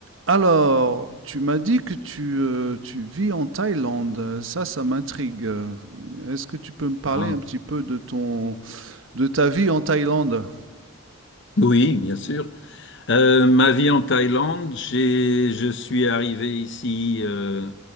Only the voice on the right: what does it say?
Alors, tu m'as dit que tu, euh, tu vis en Thaïlande. Ça, ça m'intrigue. Est-ce que tu peux me parler
un petit peu de ton, de ta vie en Thaïlande?